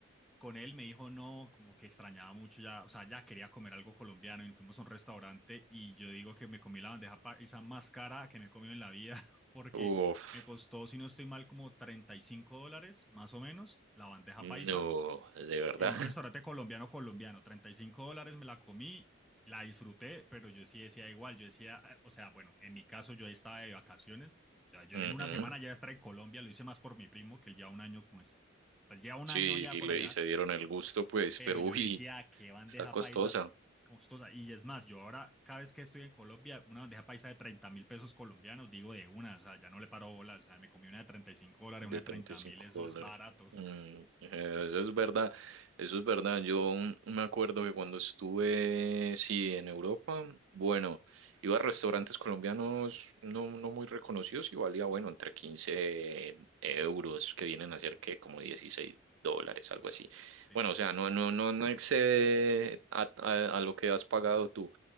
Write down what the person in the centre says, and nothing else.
con él me dijo no, como que extrañaba mucho ya, o sea, ya quería comer algo colombiano y fuimos a un restaurante y yo digo que me comí la bandeja paisa más cara que me he comido en la vida <laughs> porque
me costó, si no estoy mal, como 35 dólares más o menos la bandeja
paisa
en un restaurante colombiano colombiano, 35 dólares me la comí, la disfruté, pero yo sí decía igual, yo decía, eh, o sea, bueno, en mi caso yo estaba de vacaciones, o sea, yo
en una semana ya estaba en Colombia, lo hice más por mi primo, que él ya un año, pues, pues ya un
año ya
por
allá,
pero
yo
decía, qué bandeja
paisa costosa, y es más, yo ahora, cada vez que estoy en Colombia, una bandeja paisa de treinta mil pesos colombianos, digo de una, o sea, ya no le paro bolas, o sea, me comí una de 35 dólares,
una de
30
mil, eso es barato.
<laughs> Sí.